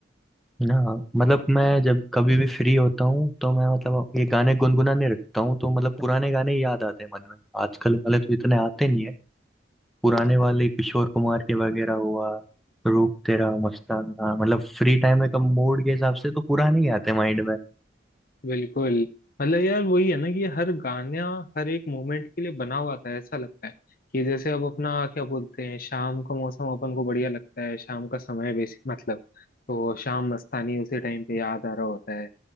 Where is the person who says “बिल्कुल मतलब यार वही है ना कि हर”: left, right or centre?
Left